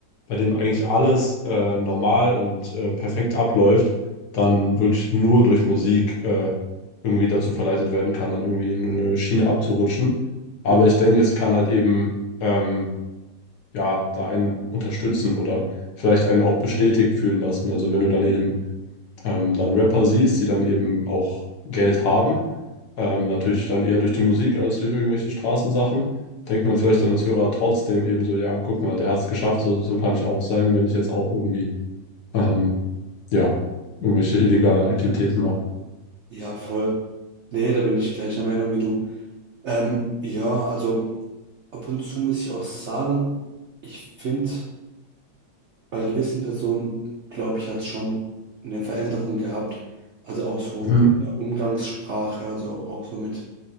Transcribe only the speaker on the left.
bei dem eigentlich alles äh, normal und äh, perfekt abläuft, dann wirklich nur durch Musik äh, irgendwie dazu verleitet werden kann, dann irgendwie in eine Schiene abzurutschen. Aber
ich denke, es kann halt eben, ähm, ja, da einen unterstützen oder vielleicht einen auch bestätigt fühlen lassen. Also wenn du dann eben ähm, dann Rapper siehst, die dann eben auch Geld haben, ähm, natürlich dann eher durch die Musik als durch irgendwelche Straßensachen, denkt man vielleicht dann als Hörer trotzdem eben so, ja, guck mal, der hat es geschafft, so, so kann ich auch sein, wenn ich jetzt auch irgendwie, ähm, ja, irgendwelche illegalen Aktivitäten mache.
Mhm.